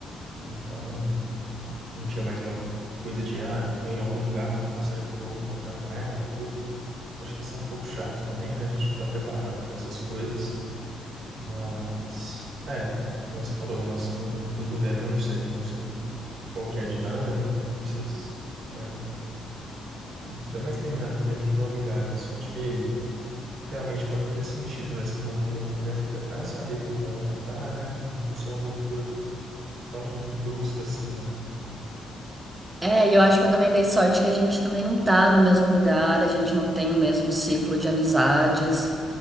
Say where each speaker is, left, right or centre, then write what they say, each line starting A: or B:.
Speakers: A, on the right; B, on the right.
A: Então, não tinha mais aquela coisa de, ah, tô em algum lugar, nossa, será que eu vou encontrar com ela, tudo. Eu acho que isso é um pouco chato também, né? A gente não tá preparado para essas coisas, mas, é, como você falou, em relação às duas mulheres, eu não sei, né? Eu não sei qual que é a dinâmica, como que vocês, né? Ainda mais terminando, terminando tão amigável assim, acho que realmente pode fazer sentido, né? Vocês manterem uma conversa até para saber como cada uma tá, né? Não, não ser uma ruptura tão brusca assim, né?
B: É, e eu acho que eu também dei sorte que a gente também não tá no mesmo lugar, a gente não tem o mesmo ciclo de amizades.